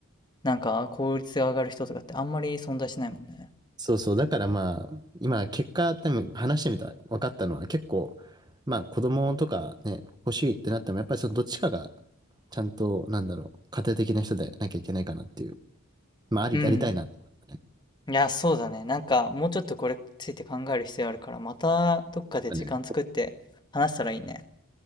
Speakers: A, on the left; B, on the right.
A: なんか効率が上がる人とかってあんまり存在しないもんね。
B: そうそう。だからまあ、今、結果、多分話してみたら分かったのは結構、まあ子供とかね、欲しいってなっても、やっぱりそのどっちかが、ちゃんと、なんだろう、家庭的な人でなきゃいけないかなっていう。まあ、あり、
A: うん。
B: ありたいなって思ったね。
A: いや、そうだね。なんか、もうちょっとこれについて考える必要あるから、またどっかで時間作って話したらいいね。
B: だね。